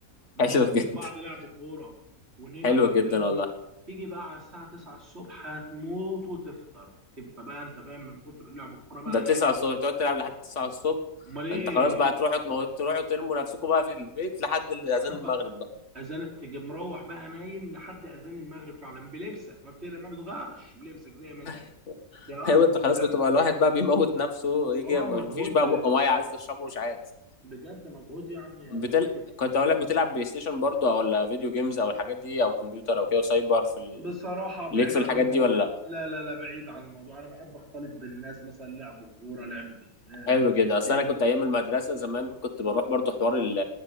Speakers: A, on the right; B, on the left.
A: مموتين
B: حلوة جدا
A: بعض
B: <laughs>
A: لعب كوره ونلعب
B: حلوة جدا
A: بقى
B: والله
A: وم... تيجي بقى على الساعه 9 الصبح هتموت وتفطر تبقى بقى انت فاهم من كتر لعب الكوره بقى
B: ده 9
A: راكب
B: الصبح تقعد تلعب لحد 9 الصبح
A: امال ايه
B: انت خلاص بقى تروحوا تموتوا تروحوا ترموا نفسكم بقى في البيت لحد اذان
A: <laughs>
B: المغرب بقى
A: اذان تيجي مروح بقى نايم لحد اذان المغرب فعلا بلبسك ما بتقلق ما بتغيرش بلبسك زي ما انت
B: <laughs>
A: يا
B: ايوه
A: بتبقى
B: انت خلاص بتبقى الواحد بقى بيموت نفسه يجي
A: اه
B: مفيش
A: مجهود
B: بقى بق ميه عايز تشربه مش عارف
A: بجد مجهود يعني رهيب
B: بتل... كنت اقول لك بتلعب بلاي ستيشن برضه ولا فيديو جيمز او الحاجات دي او كمبيوتر او كده سايبر في ال...
A: بصراحة بعيد
B: ليك في
A: عن
B: الحاجات
A: الموضوع
B: دي ولا
A: لا لا لا بعيد عن الموضوع انا بحب اختلط بالناس مثلا لعب كورة لعب في الشارع
B: حلو كده اصل
A: جيم
B: انا كنت ايام المدرسه زمان كنت بروح برضو حوار ال-